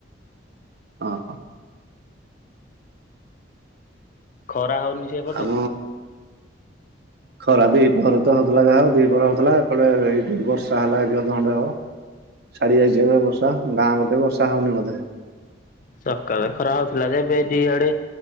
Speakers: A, on the right (about 55°); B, on the left (about 45°).
A: ଅ ହ।
B: ଖରା ହଉନି ସେପଟେ?
A: ହ ଖରା ଦି ପହରେ ତ ହଉଥିଲା ଯାହା ଆଉ। ଦିପହରେ ହଉଥିଲା ଏପଟେ ଏଇ ଦିଇ ବର୍ଷା ହେଲା ଏଟି ଅଧ ଘଣ୍ଟା ହବ। ଛାଡିଯାଇଚି ଏବେ ବର୍ଷା ଗାଁ ପଟେ ବର୍ଷା ହଉନି ବୋଧେ?
B: ସକାଳେ ଖରା ହଉଥିଲା ଯେ ଏବେ ଦି ଆଡେ